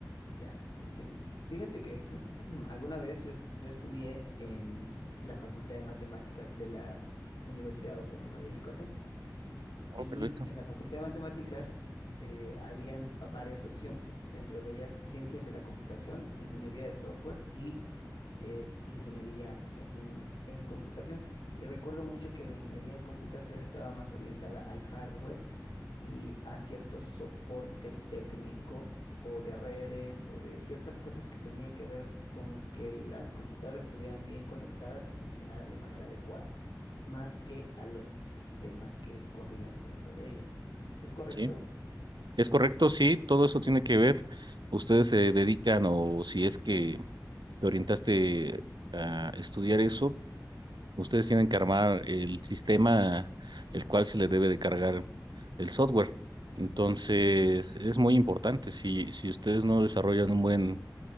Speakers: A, on the left; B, on the right.
A: ya, entiendo. Fíjate que <clears throat> alguna vez yo, yo estudié en la Facultad de Matemáticas de la Universidad Autónoma de Yucatán.
B: Oh,
A: Y
B: perfecto.
A: en la Facultad de Matemáticas eh, habían varias opciones, dentro de ellas ciencias de la computación, ingeniería de software y eh, ingeniería e-, en, en computación. Y recuerdo mucho que la ingeniería en computación estaba más orientada al hardware y a cierto soporte técnico o de redes o de ciertas cosas que tenía que ver con que las computadoras estuvieran bien conectadas y funcionaran de manera adecuada más que a los sistemas que corrían dentro de ellas. ¿Es correcto?
B: Sí, es correcto, sí, todo eso tiene que ver. Ustedes se dedican o si es que te orientaste a estudiar eso, ustedes tienen que armar el sistema el cual se le debe de cargar el software. Entonces, es muy importante. Si, si ustedes no desarrollan un buen,